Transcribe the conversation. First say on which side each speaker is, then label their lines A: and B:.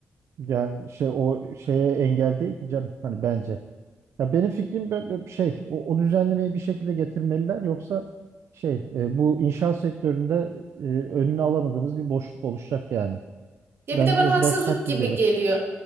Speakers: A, on the right (about 70°); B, on the right (about 55°).
A: Yani şey o şeye engel değil ki canım hani bence. Ya benim fikrim bö- bö- şey o, o düzenlemeyi bir şekilde getirmeliler yoksa şey e, bu inşaat sektöründe e, önünü alamadığımız bir boşluk oluşacak yani.
B: Ya
A: Bence
B: bir de bana
A: o
B: haksızlık
A: biraz şaşırtıcı.
B: gibi geliyor.